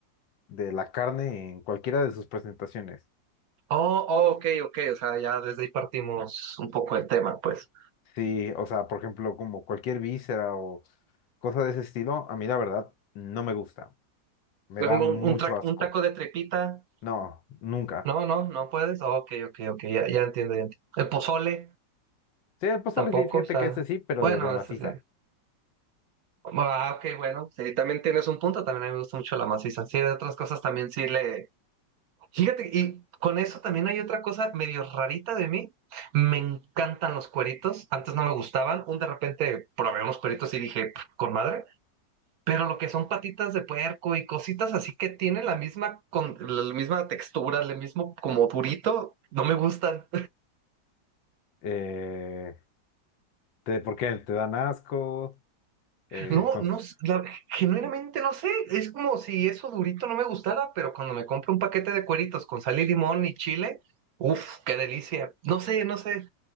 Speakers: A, on the left; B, on the right.
A: de la carne en cualquiera de sus presentaciones.
B: Oh, oh, ok, ok. O sea, ya desde ahí partimos un poco el tema, pues.
A: Sí, o sea, por ejemplo, como cualquier víscera o cosa de ese estilo, a mí la verdad no me gusta. Me
B: Por
A: da
B: ejemplo,
A: mucho
B: un, un tra-
A: asco.
B: un taco de trepita.
A: No, nunca.
B: No, no, no puedes. Oh, ok, ok, ok. Ya, ya entiendo, ya entiendo. El pozole,
A: Sí, el pozole
B: tampoco.
A: sí, fíjate
B: O sea,
A: que este sí, pero
B: bueno,
A: de maciza.
B: eso sí. Ah, ok, bueno. Sí, también tienes un punto. También a mí me gusta mucho la maciza. Sí, de otras cosas también sí le. Fíjate, y con eso también hay otra cosa medio rarita de mí. Me encantan los cueritos. Antes no me gustaban. Un de repente probé unos cueritos y dije, "Pf, con madre. Pero lo que son patitas de puerco y cositas así que tienen la misma, con, la misma textura, el mismo como durito, no me gustan.
A: Eh, te- ¿por qué? Te dan asco. Eh,
B: No,
A: cons-
B: no, s- la- genuinamente no sé. Es como si eso durito no me gustara, pero cuando me compro un paquete de cueritos con sal y limón y chile, uff, qué delicia. No sé, no sé.